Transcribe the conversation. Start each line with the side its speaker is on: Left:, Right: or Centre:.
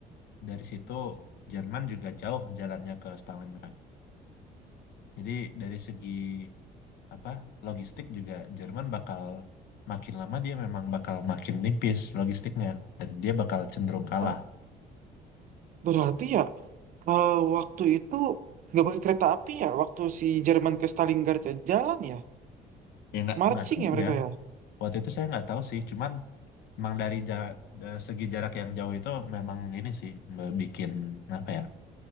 Left: dari situ Jerman juga jauh jalannya ke Stalingrad. Jadi dari segi apa logistik juga Jerman bakal makin lama dia memang bakal makin nipis logistiknya dan dia bakal cenderung kalah.
Right: Oh, berarti ya eh, waktu itu nggak pakai kereta api ya, waktu si Jerman ke Stalingrad ya, jalan ya,
Left: Ya nggak
Right: marching
Left: nggak terus
Right: ya mereka
Left: ya.
Right: ya.
Left: waktu itu saya nggak tahu sih cuman memang dari jarak da- segi jarak yang jauh itu memang ini sih me- bikin apa ya